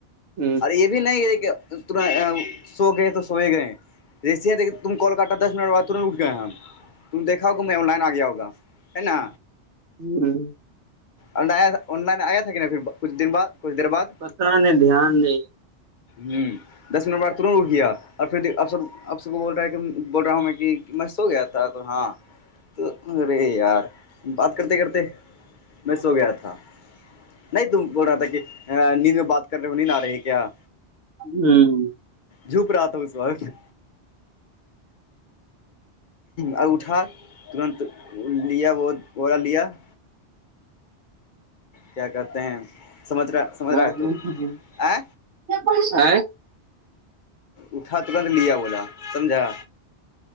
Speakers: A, on the right; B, on the left.
A: ہوں
B: ارے یہ بھی نہیں یہ کہ ت سو گئے تو سوئے گئے جیسیےیک تم کال کرتا دس منٹ بد تمہیں اٹ گئے ہم تم دیکھاؤگے میں آن لائن آ گیا ہوؤگا ہے نا
A: ہ
B: اورن آنائن آیا سکن پھر کچھ دن بع کچھ دیر بد
A: پترہ نہیں دھیان نہیں
B: ہ دس منٹ بعد ترنت رک گیا اور پھر اب سب اب سب کو بول رہا ہے کہ بول رہا ہوں میں کہ میں سو گیا تھا تو ہاں تو ارے یار بات کرتے کرتے میں سو گیا تھا نہیں تم بول رہا تھا کہ نیند میں بات کر رہے ہو نیند آ رہی ہے کیا
A: ہوں
B: جھوپ رہا تھا اس وقت <inaudible> اور اٹا ترنت لیا وہ با لیا <inaudible> کیا کہتے ہیں سمت رہا سمجھ
A: ہ
B: رہا ہے
A: ہ
B: تو
A: ہ ہ
B: آ
A: کیاس <inaudible>
B: اٹھا ترت لیا بولا سمجھ رہا